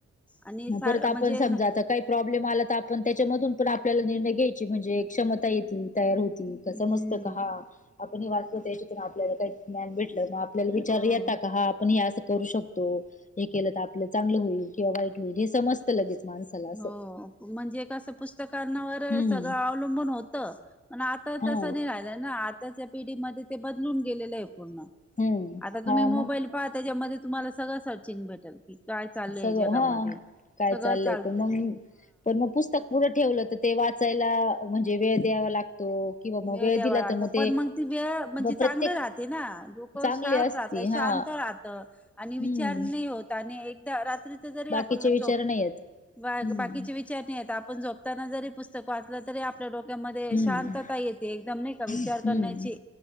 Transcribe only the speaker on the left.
परत आपण
समजा आता काही प्रॉब्लेम आला तर आपण त्याच्यामधून पण आपल्याला निर्णय घ्यायची, म्हणजे क्षमता येती तयार होऊ क
समजत का, हा आपण हे वाचलवत, ह्याच्यातून आपल्याला काय ज्ञान भेटलं का? आपल्याला विचार
येता का, हा आपण हे असं करू शकतो, हे केलं तर आप चांगलं होईल, किंवा वाईट होईल हे समज त लगीच माणसाला. असं
हम्म
हा
हम्म
हा
मग
सगळं
हा काय
चाललंय
पण मग पण मग, पुस्तक पुढं ठेवलं तर ते वाचायला म्हणजे वेळ द्यावा लागतो. किंवा मग
दिला
तर ते
प्रत्येक
चांगली
असती
हा
हम्म
बाकीचे
विचार नाही येत
हम्म
हम्म
हम्म